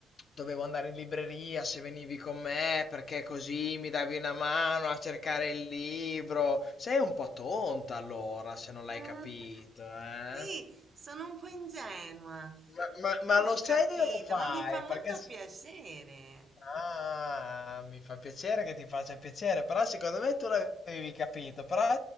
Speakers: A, on the left; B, on the right.
A: Dovevo andare in libreria se venivi con me, perché così mi davi una mano a cercare il libro. Sei un po' tonta allora, se non
B: <laughs>
A: l'hai capito, eh?
B: Sì, sono un po' ingenua.
A: Ma,
B: Non
A: ma- ma lo
B: avevo
A: sei
B: capito,
A: o lo fai?
B: ma mi fa molto
A: Perché se,
B: piacere.
A: Ah, mi fa piacere che ti faccia piacere, però secondo me tu l'avevi capito, però